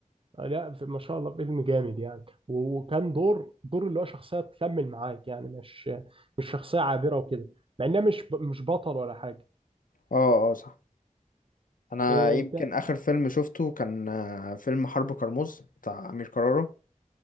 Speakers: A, on the right (about 40°); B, on the left (about 75°).
A: آه، لا في- ما شاء الله فيلم جامد يعني و- وكان دور دور اللي هو شخصية تكمل معاك يعني مش مش شخصية عابرة وكده مع انها مش ب- مش بطل ولا حاجة
B: اه آه، آه، صح انا
A: إيه
B: يمكن
A: انت
B: اخر فيلم شفته كان آه، فيلم حرب كرموز بتاع امير كرارة